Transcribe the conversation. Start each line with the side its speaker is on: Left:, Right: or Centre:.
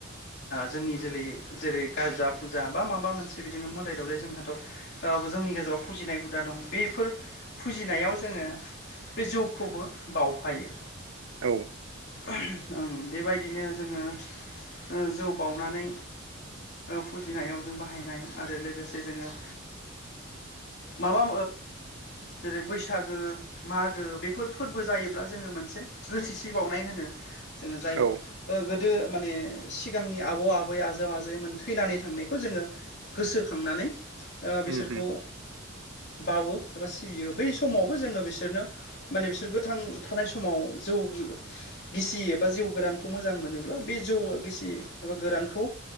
Left: जोंनि जोलै जेरै गारजा फुजा बा माबा मोनसे बिदिनो मोदाय दावदाय जोंहाथ' जोंनि गेजेराव फुजिनाय हुदा दं बेफोर फुजिनायाव जोङो बे जौखौबो बावफायो।
Right: औ।
Left: ओ बेबायदिनो जोङो जौ बानानै फुजिनायाव जों बाहायनाय आरो लोगोसे जोङो माबा जेरै बैसागो मागो बेफोर फोरबो जायोब्ला जोङो मोनसे गोथिसि बावउनाय होनो। जोङो जाय
Right: औ
Left: गोदो माने सिगांनि आबौ आबै आजौ थैनानै थांनायखौ जोङो गोसोखांनानै बिसोरखौ
Right: उम उम
Left: बावो एबा सिबियो बै समावबो जोङो बिसोरनो माने बिसोर गोथां थानाय समाव जौ गिसि एबा जौ गोरानखौ मोजां मोनोब्ला बे जौ गिसि एबा गोरानखौ